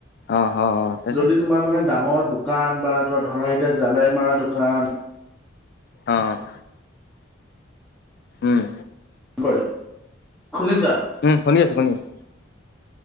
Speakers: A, on the left; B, in the centre.
A: অ অ অ তাৰপিছত
B: যদি তোমাৰ মানে ডাঙৰ দোকান বা ত ধৰাহতে জালাই মৰা দোকান
A: অ' উম
B: কি কৰে শুনিছা
A: উম শুনি আছো শুনি আছো।